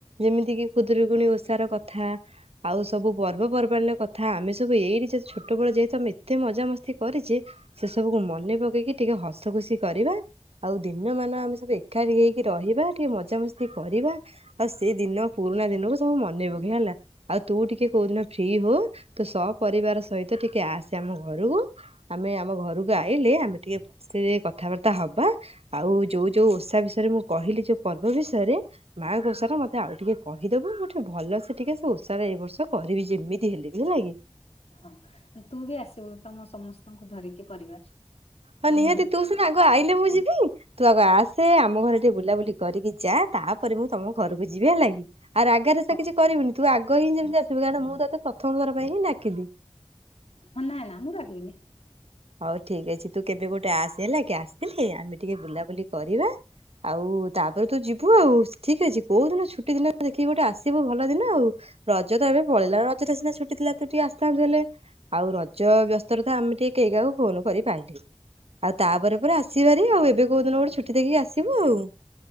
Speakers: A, on the right; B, on the left.
A: ଯେମିତି କିି ଖୁଦୁରୁକୁଣୀ ଓଷାର କଥା। ଆଉ ସବୁ ପର୍ବପର୍ବାଣିର କଥା। ଆମେ ସବୁ ଏଇଠି ଯେ ଛୋଟ ବେଳ ଯେହେତୁ ଆମେ ଏତେ ମଜାମସ୍ତି କରିଛେ ସେ ସବୁକୁ ମନେ ପକେଇକି ଟିକେ ହସ ଖୁସି କରିବା। ଆଉ ଦିନମାନ ଆମେ ସବୁ ଏକାଠି ହେଇକି ରହିବା। ଟିକେ ମଜାମସ୍ତି କରିବା। ଆଉ ସେଇ ଦିନ ପୁରୁଣା ଦିନକୁ ସବୁ ମନେ ପକାଇବା ହେଲା। ଆଉ ତୁ ଟିକେ କୋଉଦିନ ଫ୍ରି ହ। ତୁ ସପରିବାର ସହିତ ଟିକେ ଆସେ ଆମ ଘରକୁ। ଆମେ ଆମ ଘରକୁ ଆଇଲେ। ଆମେ ଟିକେ ବସିଲେ କଥାବାର୍ତ୍ତା ହବା। ଆଉ ଯୋଉ ଯୋଉ ଓଷା ବିଷୟରେ ମୁଁ କହିଲି। ଯୋଉ ପର୍ବ ବିଷୟରେ ମାଁଙ୍କ ଓଷା ଟା ମତେ ଆଉ ଟିକେ କହିଦେବୁ। ମୁଁ ଠି ଭଲ ସେ ଟିକେ ଓଷାରେ ଏ ବର୍ଷ କରିବି ଯେମିତି ହେଲେ ବି। ହେଲା କି?
B: ହଁ ତୁ ବି ଆସିବୁ। ତମ ସମସ୍ତଙ୍କୁ ଧରିକି ପରିବାର।
A: ହଁ
B: ଆମ
A: ନିହାତି
B: ଘରକୁ
A: ତୁ ସିନା ଆଗ ଆଇଲେ ମୁଁ ଯିବି। ତୁ ଆଗ ଆସେ ଆମ ଘରେ ଟିକେ ବୁଲାବୁଲି କରିକି ଯା। ତାପରେ ମୁଁ ତମ ଘରକୁ ଯିବି ହେଲା କି। ଆର୍ ରାଗା ରୁଷା
B: ହଉ
A: କିଛି କରିବୁନି। ତୁ ଆଗ ହିଁ ଯେମିତି ଆସିବୁ। କାରଣ ମୁଁ ତୋତେ ପ୍ରଥମ ଥର ପାଇଁ ହି ଡାକିଲି।
B: ହଁ ନା ନା ମୁଁ ରାଗିବିନି।
A: ହଉ ଠିକ ଅଛି। ତୁ କେବେ ଗୋଟେ ଆସ ହେଲା କି। ଆସିଲେ ଆମେ ଟିକେ ବୁଲାବୁଲି କରିବା। ଆଉ ତାପରେ ତୁ ଯିବୁ ଆଉ ଠିକ ଅଛି। କୋଉ ଦିନ ଛୁଟି ଦିନ ଦେଖିକି ଗୋଟେ ଆସିବୁ ଭଲ ଦିନ ଆଉ। ରଜ ତ ଏବେ ପଳେଇଲା। ରଜଟା ସିନା ଛୁଟିଥିଲା ତୁ ଟିକେ ଆସିଥାନ୍ତୁ ହେଲେ? ଆଉ ରଜ ବ୍ୟସ୍ତରେ ତୋ ଆମେ ଟିକେ କେହି କାହାକୁ ଫୋନ କରି ପାରିଲୁନି। ଆଉ ତାପରେ ପରେ ଆସିବ ହେରି ଆଉ ଏବେ କୋଉ ଦିନ ଗୋଟେ ଛୁଟି ଦେଖିକି ଆସିବୁ ଆଉ।